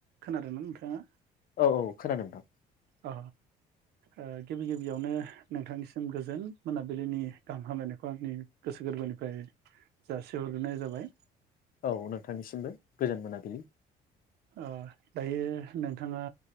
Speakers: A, on the right; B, on the left.
A: खोनादों ना नोंथाङा
B: औ औ खोनादों नोंथां
A: अ ओ गिबि गिबियावनो नोंथांनिसिम गोजोन मोनाबिलिनि गाहाम हामलायनायखौ आंनि गोसो गोरबोनिफ्राय जासिहरग्रोनाय जाबाय
B: औ नोंथांनिसिमबो गोजोन मोनाबिलि
A: ओ दायो नोंथाङा